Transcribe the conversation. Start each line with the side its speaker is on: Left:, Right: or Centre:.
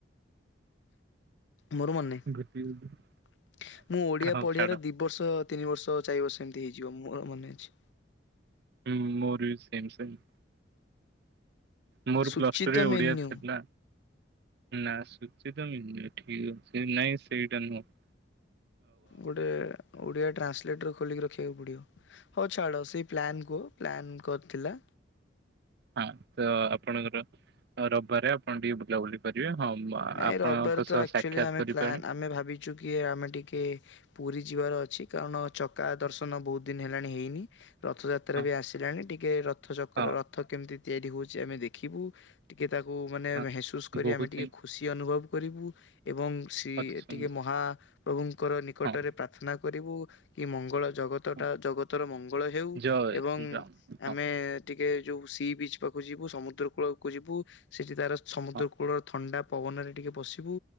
Left: ମୋର ମନେନାହିଁ,
Right: ଗୋଟିଏ
Left: ମୁଁ ଓଡିଆ
Right: ହଉ
Left: ପଢିବାର
Right: ଛାଡ
Left: ଦି ବର୍ଷ ତିନି ବର୍ଷ, ଚାର ବର୍ଷ, ଏମିତି ହେଇଯିବ, ମୋର ମନେ ଅଛି।
Right: ହୁଁ, ମୋର ବି ସେମ୍ ସେମ୍ । ମୋର
Left: ସୂଚିତ
Right: ପ୍ଲସ ଟୁ ରେ
Left: ମେନ୍ୟୁ
Right: ଓଡିଆ ଥିଲା। ନା ସୁଚି ତ ମି ଠିକ ଅଛି, ନାଇଁ ସେଇଟା ନୁହଁ ।
Left: ଗୋଟେ ଓଡିଆ ଟ୍ରାନ୍ସଲେଟର ଖୋଲିକି ରଖି ପଡିବ ହଉ ଛାଡ ସେଇ ପ୍ଲାନ କୁହ, ପ୍ଲାନ କରିଥିଲା,
Right: ହଁ ତ ଆପଣଙ୍କର ରବିବାରେ ଆପଣ ଟିକେ ବୁଲାବୁଲି କରିବେ, ହଁ ମ-
Left: ନାଇଁ
Right: ଆପଣଙ୍କ
Left: ରବିବାର
Right: ସହ
Left: ତ ଆକ୍ଚୁଆଲି
Right: ସାକ୍ଷାତ
Left: ଆମେ
Right: କରିପାରେ
Left: ପ୍ନ୍ ଆମେ ଭାବିଛୁ କି ଆମେ ଟିକେ ପୁରୀ ଯିବାର ଅଛି, କାରଣ ଚକା ଦର୍ଶନ ବହୁତ ଦିନ ହେଲାଣି ହେଇନି, ରଥଯାତ୍ରା
Right: ହଁ
Left: ବି ଆସିଲାଣି, ଟିକେ ରଥ ଚକ୍ର
Right: ହଁ
Left: ରଥ କେମିତି ତିଆରି ହଉଛି ଆମେ ଦେଖିବୁ, ଟିକେ ତାକୁ ମାନେ
Right: ହଁ
Left: ମେହସୁସ କରି
Right: ବହୁତ
Left: ଆମେ ଟିକେ
Right: ହିଁ
Left: ଖୁସି ଅନୁଭବ କରିବୁ, ଏବଂ ସ
Right: ଅତି ସୁନ୍ଦର
Left: ଟିକେ ମହାପ୍ରଭୁଙ୍କର ନିକଟରେ
Right: ହଁ
Left: ପ୍ରାର୍ଥନା କରିବୁ କି ମଙ୍ଗଳ ଜଗତ
Right: ହଁ
Left: ଟା ଜଗତର ମଙ୍ଗଳ ହେଉ
Right: ଜୟ
Left: ଏବଂ
Right: ଶ୍ରୀରାମ ହଁ
Left: ଆମେ ଟିକେ ଯୋଉ ସି ବିଚ୍ ପାଖକୁ ଯିବୁ, ସମୁଦ୍ର କୂଳକୁ ଯିବୁ, ସେଠି ତାର ସମୁଦ୍ର
Right: ହଁ
Left: କୂଳର ଥଣ୍ଡା ପବନରେ ଟିକେ ବସିବୁ